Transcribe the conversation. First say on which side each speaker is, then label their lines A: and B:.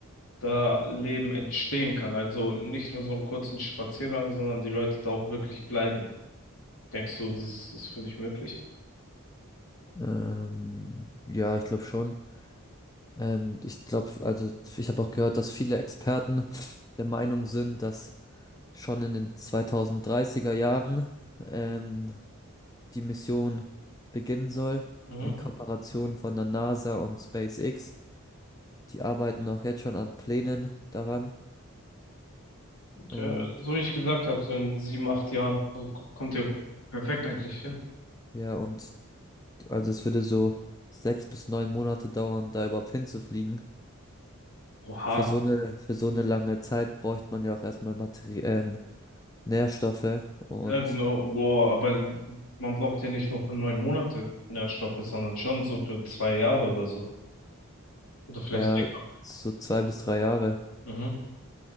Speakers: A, on the left; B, on the left.
A: da Leben entstehen kann? Also nicht nur so einen kurzen Spaziergang, sondern die Leute da auch wirklich bleiben. Denkst du, das ist für dich möglich?
B: Ähm, ja, ich glaube schon. Ähm, ich glaube, also ich habe auch gehört, dass viele Experten <sniffs> der Meinung sind, dass schon in den 2030er Jahren ähm, die Mission beginnen soll,
A: Mhm.
B: in Kooperation von der NASA und SpaceX. Die arbeiten auch jetzt schon an Plänen daran.
A: Okay.
B: Und
A: So wie ich gesagt habe, so in sieben, acht Jahren so k- kommt ihr perfekt eigentlich hin.
B: ja, und also es würde so sechs bis neun Monate dauern, da überhaupt hinzufliegen.
A: Oha.
B: Für so eine, für so eine lange Zeit bräuchte man ja auch erstmal Materi ähm, Nährstoffe und
A: Ja, genau. Boah, aber man braucht ja nicht nur für neun Monate Nährstoffe, sondern schon so für zwei Jahre oder so. Oder vielleicht
B: ja,
A: länger.
B: so zwei bis drei Jahre.
A: Mhm.